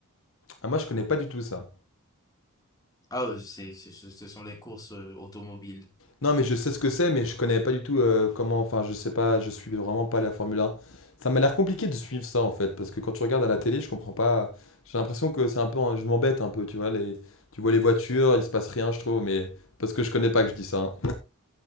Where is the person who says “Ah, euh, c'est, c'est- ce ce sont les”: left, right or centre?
Left